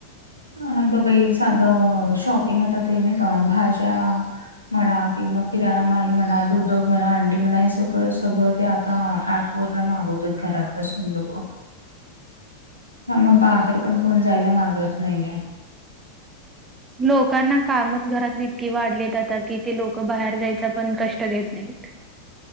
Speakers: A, on the left; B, on the right.
A: हग बाई साधं शॉपिंग आता ते नाही का भाज्या म्हणा किंवा किराणा माल म्हणा दुध म्हणा अंडी म्हणा हे सगळं सगळं ते आता पूर्ण मागवतोच घरात बसून लोक.
B: <unintelligible>
A: ह मग बाहेर पण कोण जायला मागत नाहीये.
B: लोकांना कामच घरात इतके वाढलेत आता की ते लोक बाहेर जायचं पण कष्ट तर येत नाहीत.